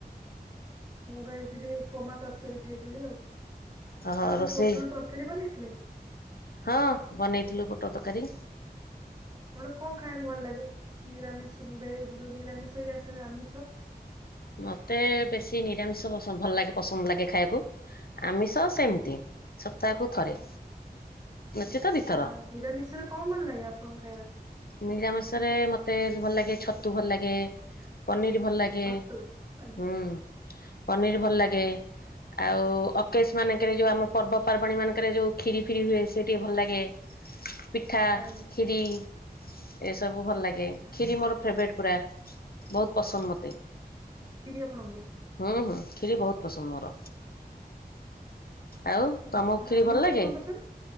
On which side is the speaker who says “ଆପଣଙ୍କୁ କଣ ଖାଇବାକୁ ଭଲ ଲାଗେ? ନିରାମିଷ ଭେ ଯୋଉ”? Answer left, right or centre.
Right